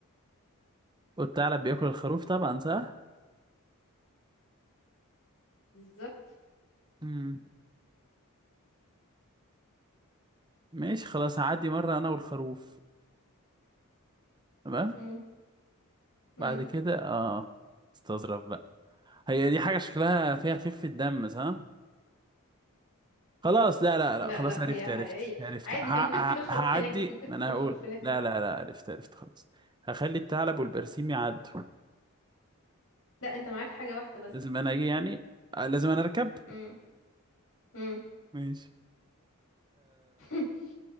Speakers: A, on the right; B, on the left.
A: والثعلب بياكل الخروف طبعا صح؟
B: بالظبط
A: مم. ماشي خلاص هعدي مرة أنا والخروف تمام
B: امم امم
A: بعد كده آه استظرف بقى هي دي حاجة شكلها فيها خفة دم صح؟ خلاص لا لا لا
B: لا
A: خلاص
B: لا
A: عرفت
B: هي حقيقية
A: عرفت عرفت
B: عادي
A: ه... ه...
B: انت ممكن تسيب الخروف
A: هعدي
B: هناك ممكن
A: ما
B: تسيب
A: أنا
B: الخروف
A: هقول
B: هناك
A: لا لا لا عرفت عرفت خلاص هخلي الثعلب والبرسيم يعدوا
B: لا انت معاك حاجة واحدة بس
A: لازم أنا أجي يعني آه، لازم أنا أركب
B: امم امم
A: ماشي
B: <laughs>